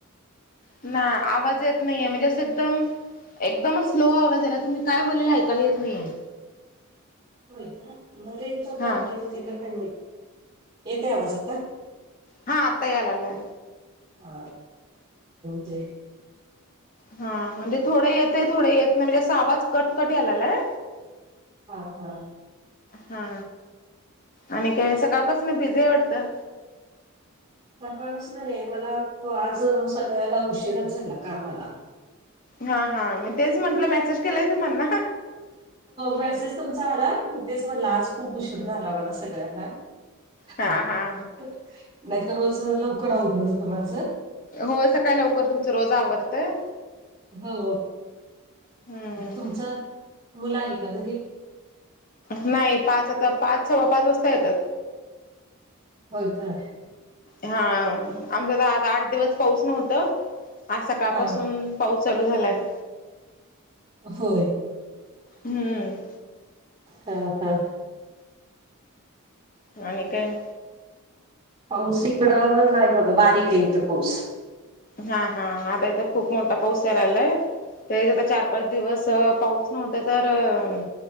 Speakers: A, on the left; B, on the right.
A: ना आवाज येत नाहीये म्हणजे असं एकदम एकदम स्लो, आवाज तुम्ही काय बोलेयला ऐकायला येत नाहीये.
B: होय का म रेंचा प्रॉब्लेम
A: हा
B: येत का येते आवाज आता
A: हा आता आलाला.
B: हा ते
A: हा म्हणजे थोडं येते थोडं येत ना म्हणजे, आवाज कट कट यालालाय.
B: हा हा.
A: हा आणि काय सकाळपासून बिझी आहे वाटतं.
B: तर माणूस ना नाही मला आज सगळ्याला उशीरच झाला कामाला
A: हा हा मी तेच म्हंटलं मेसेज केलाय तु म्हणना.
B: मेसेज तुमचा आला मग तेच लाज खूप उशीर झाला मला सगळ्यांना
A: हा
B: नाही
A: हा.
B: तर रोज लवकर, आवरून न होतं माझं.
A: हो सकाळी लवकर तुमच रोज आवडतें.
B: हो
A: हम्म
B: तुमच मुला आली का तुरी
A: नाही पाच आता पाच सव्वा पाच वाजता येतात.
B: हो का?
A: हा आमचा तर आता आठ दिवस पाऊस नव्हत आज सकाळपासून
B: हा
A: पाऊस चालू झालाय.
B: होय.
A: हम्म.
B: हम हम.
A: आणि काय?
B: पाऊस इकडं नाही बघ बारीक येत पाौस
A: हा हा आता इथ खूप मोठा पाऊस झा रालाय. ते आता चार पाच दिवस पाऊस नव्हता तर अ